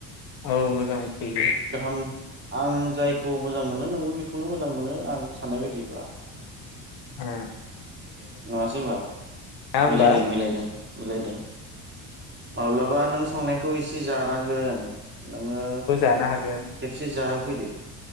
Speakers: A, on the left; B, on the right.
A: औ मोजां। मोनसोयो
B: गाहाम आं जायखौ मोजां मोनो नोंबो बेखौनो मोजां मोनो आं साननाय बायदिब्ला।
A: ओ।
B: नङासै बा
A: होमबा
B: मिलायदों मिलायदों मिलायदों। माब्लाबा नों संनायखौ एसे जानांगोन नोङो।
A: जोनो हागोन
B: खेबसे जाहोफैदो